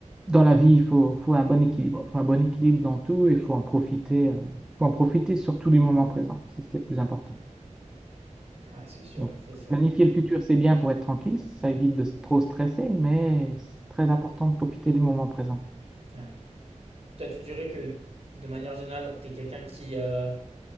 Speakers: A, in the centre; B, on the right.
A: dans la vie, il faut, faut un bon équilibre. Il faut un bon équilibre dans tout et il faut en profiter, euh, faut en profiter surtout du moment présent. C'est ce qui est le plus important.
B: Ouais, c'est sûr,
A: Donc,
B: c'est sûr.
A: planifier le futur, c'est bien pour être tranquille, ça évite de s- trop stresser, mais c'est très important de profiter du moment présent.
B: Ouais. Toi, tu dirais que de manière générale, tu es quelqu'un qui, euh,